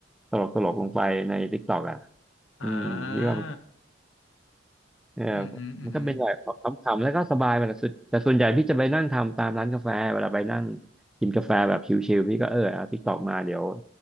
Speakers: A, in the centre; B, on the left (about 80°).
A: ตลกตลกลงไปใน TikTok อ่ะ
B: อ่า
A: อืมพี่ว่ามัน เออ
B: อือฮึอืมฮึอ
A: มันก็เป็นแบบขำๆแล้วก็สบายไปแต่สุดแต่ส่วนใหญ่พี่จะไปนั่งทำตามร้านกาแฟเวลาไปนั่งกินกาแฟแบบชิลๆพี่ก็เออเอาติ๊กตอกมาเดี๋ยว